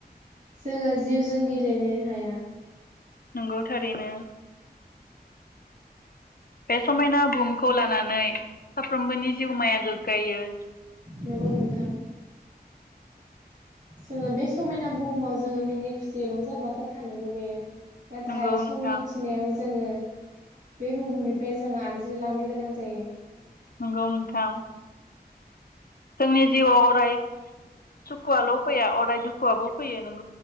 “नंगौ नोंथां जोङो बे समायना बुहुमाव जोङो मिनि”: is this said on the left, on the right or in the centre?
Right